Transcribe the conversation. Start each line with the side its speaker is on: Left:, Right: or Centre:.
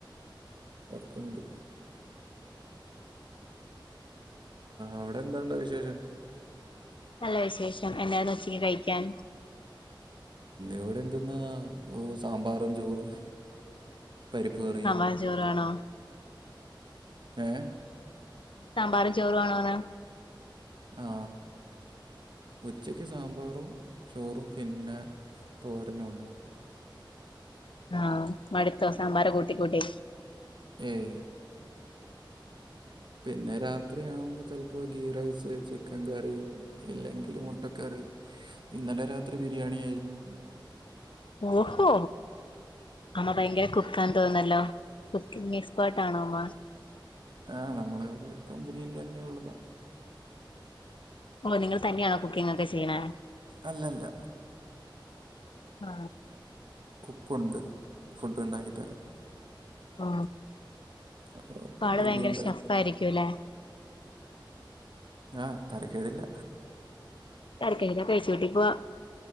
Right: എവിടുന്ന് അവിടെന്തുണ്ട് വിശേഷം
Left: നല്ല വിശേഷം എന്തായിരുന്നു ഉച്ചയ്ക്ക് കഴിക്കാൻ
Right: എവിടെന്തന്നാ സാമ്പാറും ചോറും പരിപ്പ് കറിയും
Left: സമ്പാറും, ചോറുവാണോ
Right: ഏ
Left: സാമ്പാറും ചോറു ആണോ ന്ന്
Right: അ, അ ഉച്ചയ്ക്ക് സാമ്പാറും ചോറും പിന്നെ തോരനും
Left: അ മടുത്തോ സാമ്പാർ കൂട്ടി കൂട്ടി
Right: ഏയ് പിന്നെ രാത്രിയാവുമ്പോ ചെലപ്പോ ഗീറൈസ് ചിക്കൻ കറി ഇല്ലെങ്കിൽ മുട്ടക്കറി ഇന്നലെ രാത്രി ബിരിയാണിയായിരുന്നു
Left: ഓഹോ അമ്മ ഭയങ്കര കുക്കാണ്ന്ന് തോന്നുന്നല്ലോ കുക്കിങ് എക്സ്പേർട്ട് ആണൊ അമ്മ
Right: അ നമ്മുടെ വിടെ കമ്പിനിയിതന്നെ ഉള്ളതാ
Left: ഒ നിങ്ങള് തന്നെയാ കുക്കിങ് ഒക്കെ ചെയ്യണെ
Right: അല്ലല്ല
Left: അ
Right: കുക്ക് ഉണ്ട് ഫുഡ്ണ്ടാക്കി തരാൻ
Left: ഓ
Right: അപ്പോൾ
Left: ആള്
Right: പുള്ളി
Left: ഭയങ്കര
Right: ഉണ്ടാക്കി
Left: ഷെഫരിക്കൂലെ
Right: ആ തരക്കേടില്ല
Left: അത് കഴിഞ്ഞാൽ പേഴ്സ് ട്ടിക്കോവോ